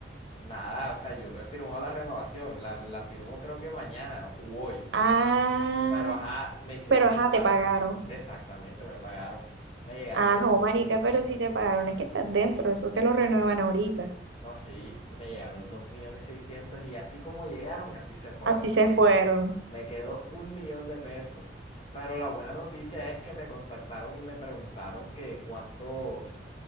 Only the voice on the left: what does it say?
Nada, o sea, yo no he firmado la renovación. La, la firmo creo que mañana u hoy.
Pero, ajá, me hicieron
el pago.
Exactamente, me pagaron. Me llegaron
los-
no, sí, y me llegaron los dos millones seiscientos y así como llegaron, así se fueron.
Me quedó un millón de pesos. Pero la buena noticia es que me contactaron y me preguntaron que cuántos,